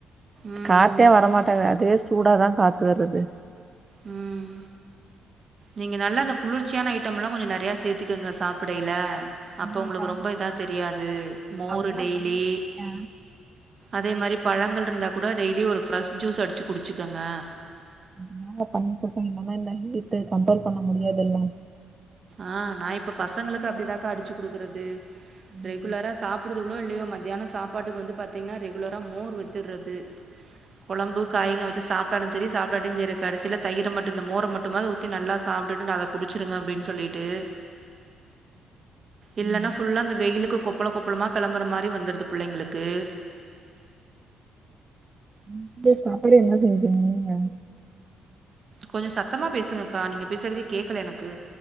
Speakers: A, on the right (about 40°); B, on the right (about 25°).
A: ம்,
B: காத்தே
A: ம்,
B: வரமாட்டாங்குது அது சூடாதான் காத்து வருது
A: உம் நீங்க நல்ல அந்த குளிர்ச்சிய ஐயிடம் எல்லாம் கொஞ்சம் நெறையா சேர்த்துக்கோங்க சாப்படையில அப்ப
B: ஆமாப்பா
A: உங்களுக்கு ரொம்ப இதா தெரியாது மோரு
B: அப்டிதா
A: டெய்லி
B: பண்ணிட்டு இருக்கே
A: அதே மாதிரி பழங்கள் இருந்தா கூட டெய்லி ஒரு ஃப்ரெஷ் ஜூஸ் அடிச்சு குடிச்சுக்கோங்க
B: என்னால பண்ண முடயாதலாம் இல்ல ஹீட் கண்ட்ரோல் பண்ண முடியாதுல்ல
A: ஆ நான் இப்ப பசங்களுக்கு அப்டிதாக்கா அடிச்சு குடுக்குறது
B: ம்,
A: ரெகுலரா சாப்பிடுதுகளோ இல் மத்தியான சாப்பாட்டுக்கு வந்து பாத்தீங்கன்னா ரெகுலராக மோர் வச்சுடுறது குழம்பு காயிங்க வச்சு சாப்பிட்டாலும் சரி சாப்பிடலாம் சரி கடைசியில தயிரம் மட்டும் இந்த மோர மட்டும் அத ஊத்தி நல்லா சாப்பிட்டுட்டு அதை குடிச்சிருங்க அப்படின்னு சொல்லிட்டு இல்லான்னா
B: ம்.
A: புல்லா அந்த வெயிலுக்கு கொப்ப கொப்பள கொப்பளமா கிளம்புற மாரி வந்துடுது புள்ளைங்களுக்கு
B: இணைக்கு சாப்பாடு என்ன செய்ய போரிங்க நீங்க
A: கொஞ்சம் சத்தமா பேசுங்கக்கா நீங்க பேசுறதையே கேக்கல எனக்கு